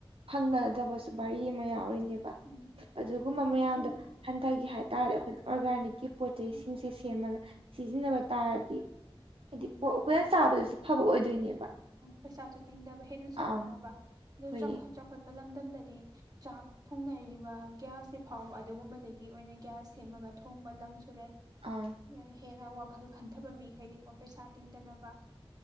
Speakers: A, on the right (about 70°); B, on the right (about 40°).
A: ꯐꯪꯅꯗꯕꯁꯨ ꯔꯤ ꯑꯃ ꯌꯥꯎꯔꯤꯅꯦꯕ
B: ꯎꯝ
A: ꯑꯗꯨꯒꯨꯝꯕ
B: ꯑꯗꯣ
A: ꯃꯌꯥꯝꯗꯣ
B: ꯁꯨꯝ
A: ꯍꯟꯊꯒꯤ ꯍꯥꯏ ꯇꯔꯗꯤ ꯑꯩꯈꯣꯏꯅ ꯑꯣꯔꯒꯥꯅꯤꯛꯀꯤ ꯄꯣꯠꯩ ꯆꯩꯁꯤꯡꯁꯦ ꯁꯦꯝꯃꯒ ꯁꯤꯖꯤꯟꯅꯕ ꯇꯥꯔꯗꯤ ꯍꯥꯏꯗꯤ
B: ꯎꯝ
A: ꯄꯣꯠ ꯑꯩꯈꯣꯏꯅ ꯆꯥꯕꯗꯁꯨ ꯐꯕ ꯑꯣꯏꯗꯣꯏꯅꯦꯕ
B: ꯄꯩꯁꯥꯁꯨ ꯇꯤꯡꯗꯕ ꯍꯦꯟꯅꯁꯨ
A: ꯑꯥ
B: ꯀꯥꯟꯅꯕ ꯑꯗꯨ
A: ꯍꯣꯏꯌꯦ
B: ꯆꯥꯎꯈꯠ ꯆꯥꯎꯈꯠ ꯂꯝꯗꯝꯗꯗꯤ ꯆꯥꯛ ꯊꯣꯡꯅꯔꯤꯕ ꯒꯤ꯭ꯌꯥꯁꯁꯤꯦ ꯐꯥꯎꯕ ꯑꯗꯨꯒꯨꯝꯕꯗꯒꯤ ꯑꯣꯏꯅ ꯒꯤ꯭ꯌꯥꯁ ꯁꯦꯝꯃꯒ ꯊꯣꯡꯕ ꯂꯝꯁꯨ ꯂꯩ
A: ꯑꯥ
B: ꯍꯦꯟꯅ ꯋꯥꯈꯜ ꯈꯟꯊꯕ ꯃꯤꯈꯩꯗꯤꯀꯣ ꯄꯩꯁꯥ ꯇꯤꯡꯗꯅꯕ